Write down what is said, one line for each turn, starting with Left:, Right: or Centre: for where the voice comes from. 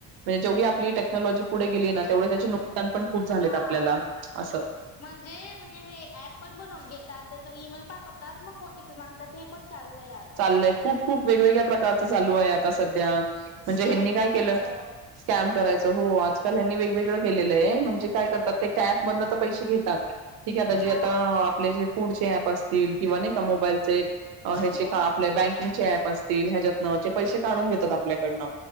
Right: म्हणे जेवी आपली टक्नॉलॉजी पुढे गेले ना तेवढी नुकसान पण
Left: हा
Right: खूप झालेत आपल्याला असं,
Left: म्हणजे म्हणजे हे ऍप पण बनवून घेतात तर ईमेल पाठवतात मग ओ टी पी मागतात हे पण चाललं यात.
Right: चाललंय खूप खूप वेगवेगळ्या प्रकारचं चालू आहे आता सध्या म्हणजे
Left: स्कॅम
Right: हनी काय
Left: करण्याच
Right: केलं. स्कॅम करायचं हो आजकाल हनी वेगवेगळं केलेलं आहे म्हणजे काय करतात ते ऍपमधन तर पैसे घेतात. ठीक आहे आता जे
Left: हा
Right: आता आपले जे फूडचे ऍप असतील किंवा नाही का मोबाईलचे ह्या
Left: हो
Right: बकिंगप अस ह्याच्यातन पैसे काढून घेतात आपल्याकडन